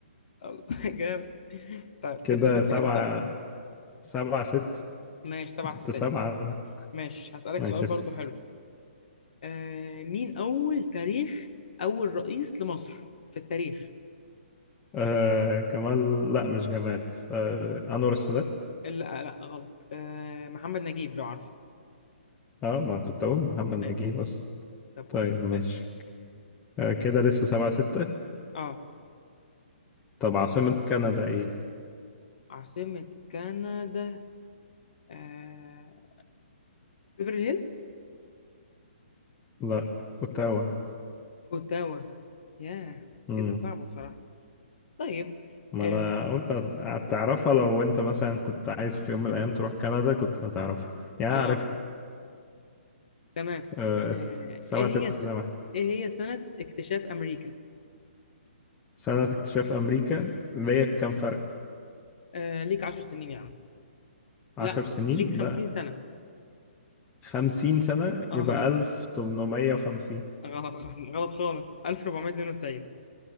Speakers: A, on the left; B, on the left.
A: الله <laughs> جامد
B: <laughs>
A: طيب ستة
B: كده
A: ستة
B: سبعة
A: كده صح؟
B: سبعة ست
A: ماشي سبعة
B: كنت
A: ستة
B: سبعة
A: ليه
B: أنا
A: ماشي هسألك
B: ماشي
A: سؤال برضه حلو آه... مين أول تاريخ أول رئيس لمصر في التاريخ؟
B: آه جمال لا مش جمال آه أنور السادات
A: لا لا غلط آه... محمد نجيب لو عارفه
B: اه ما كنت أقول محمد نجيب
A: أيوة
B: بس
A: طب قول
B: طيب ماشي آه كده لسه سبعة ستة
A: اه
B: طب عاصمة كندا ايه؟
A: عاصمة كندا آه... بيفرلي هيلز
B: لا أوتاوا
A: اوتاوا ياه
B: امم
A: ايه ده صعب بصراحة طيب
B: ما
A: اه
B: أنا قلت هت- هتعرفها لو أنت مثلا كنت عايز في يوم من الأيام تروح كندا كنت هتعرفها يعني
A: اه,
B: عارف
A: آه. تمام
B: آه اسم.
A: آه.
B: سبعة
A: ايه هي
B: ستة
A: س...
B: زي ما احنا
A: ايه هي سنة اكتشاف امريكا
B: سنة اكتشاف أمريكا ليا كام فرق؟
A: آه. ليك عشر سنين يا عم
B: عشر
A: لا
B: سنين
A: ليك خمسين
B: لا
A: سنة
B: خمسين سنة
A: اه
B: يبقى ألف تمنمية وخمسين
A: غلط غلط خالص 1492